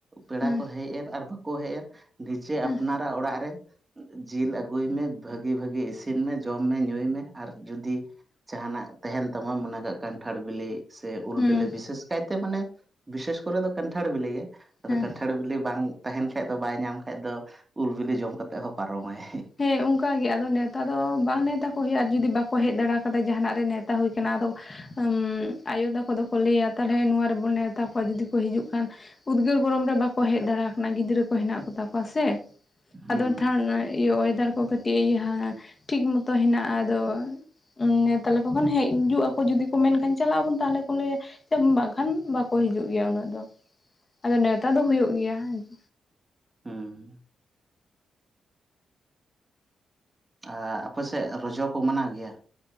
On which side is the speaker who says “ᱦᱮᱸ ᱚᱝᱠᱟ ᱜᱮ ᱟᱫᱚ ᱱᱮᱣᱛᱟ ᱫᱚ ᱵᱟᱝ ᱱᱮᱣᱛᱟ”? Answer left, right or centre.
Left